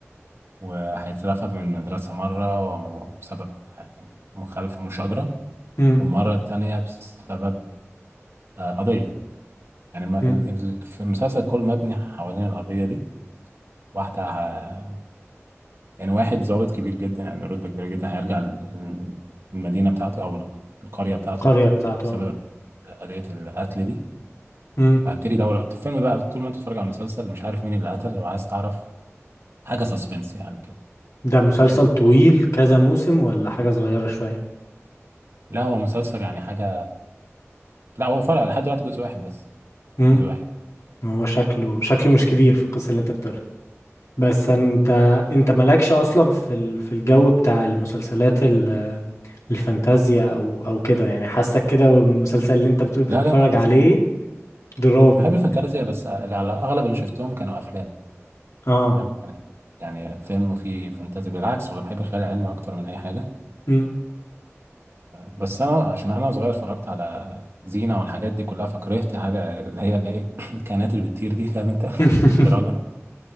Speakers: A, on the right; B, on the left.
A: وهيترفد من المدرسة مرة بسبب آه، مخالفة مشاجرة
B: مم.
A: والمرة التانية بسبب آه، قضية يعني ما-
B: مم.
A: ال- ال- في المسلسل كله مبني حوالين القضية دي واحدة ه... يعني واحد ضابط كبير جدا يعني رتبة كبيرة جدا هيرجع ال- ال- المدينة بتاعته أو القرية بتاعته
B: القرية بتاعته
A: بسبب
B: اه
A: قضية القتل دي
B: مم.
A: وهبتدي ادور في الفيلم بقى طول ما انت بتتفرج على المسلسل مش عارف مين اللي قتل لو عايز تعرف حاجه سسبنس يعني كده
B: ده مسلسل
A: تمام
B: طويل كذا موسم ولا حاجة صغيرة شوية
A: لا هو مسلسل يعني حاجه لا هو فرق لحد دلوقتي جزء واحد بس
B: مم.
A: جزء واحد
B: ما هو شكله شكله مش كبير في القصة اللي انت بتقولها بس انت انت مالكش اصلا في ال- في الجو بتاع المسلسلات ال- الفانتازيا او او كده يعني حاسك كده والمسلسل اللي انت بتقول بتتفرج
A: لا لا لا
B: عليه
A: ازاي
B: درامي
A: بحب الفانتازيا
B: كده
A: بس على اغلب اللي شفتهم كانوا افلام
B: اه
A: تمام انا يعني فيلم فيه فانتازي بالعكس ولا بحب الخيال العلمي اكتر من اي حاجه
B: مم.
A: بس انا عشان انا صغير اتفرجت على زينه والحاجات دي كلها فكرهت حاجه اللي هي الايه <coughs> <laughs> الكائنات اللي بتطير دي فاهم انت
B: <laughs>
A: <laughs> دراجون